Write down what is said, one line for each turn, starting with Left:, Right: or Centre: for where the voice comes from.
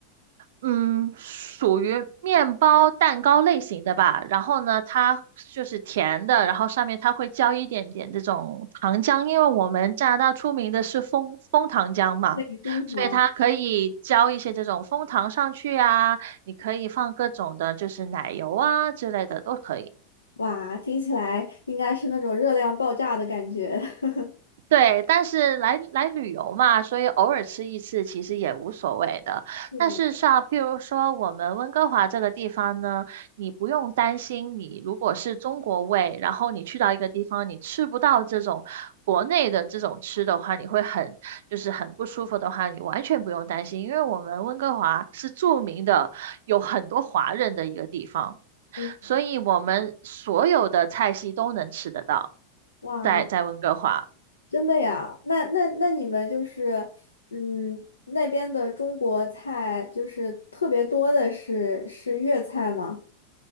Right: 嗯，属于面包蛋糕类型的吧。然后呢，它就是甜的，然后上面它会浇一点点这种糖浆，因为我们加拿大出名的是蜂蜂糖浆嘛。
Left: 对，枫糖，
Right: 所以它可以浇一些这种蜂糖上去啊，你可以放各种的，就是奶油啊之类的都可以。
Left: 哇，听起来应该是那种热量爆炸的感觉。<laughs>
Right: 对，但是来来旅游嘛，所以偶尔吃一次其实也无所谓的。
Left: 是的，
Right: 但是像譬如说我们温哥华这个地方呢，你不用担心，你如果是中国胃，然后你去到一个地方，你吃不到这种国内的这种吃的话，你会很就是很不舒服的话，你完全不用担心，因为我们温哥华是著名的有很多华人的一个地方，
Left: 嗯，
Right: 所以我们所有的菜系都能吃得到，
Left: 哇。
Right: 在在温哥华。
Left: 真的呀？那那那你们就是，嗯，那边的中国菜就是特别多的是是粤菜吗？